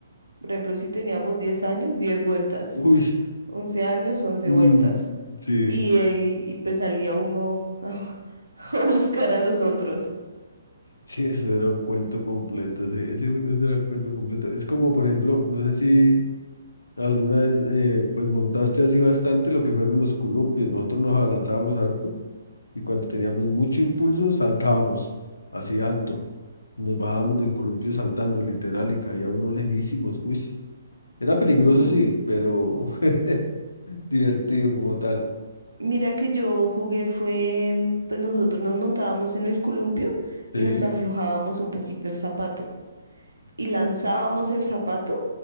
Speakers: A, on the right; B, on the left.
A: Por ejemplo, si teníamos 10 años, diez vueltas.
B: Uy,
A: once años, once
B: mm,
A: vueltas.
B: sí.
A: Y, eh, y- y, pues salía uno <laughs> a, buscar a los otros.
B: Sí, eso era un cuento completo, ese, ese juego eso era un cuento completo. Es como, por ejemplo, no sé si alguna vez eh, pues montaste así bastante lo que fueron los columpios. Nosotros nos abalanzábamos harto y cuando teníamos mucho impulso saltábamos así alto. Nos bajábamos del columpio saltando literal y caía uno lejísimos. Uy, era peligroso,
A: M-
B: sí, pero <laughs> divertido como tal.
A: Mira que yo jugué fue, mm, pues nosotros nos montábamos en el columpio y
B: Sí.
A: nos aflojábamos un poquito el zapato. Y lanzábamos el zapato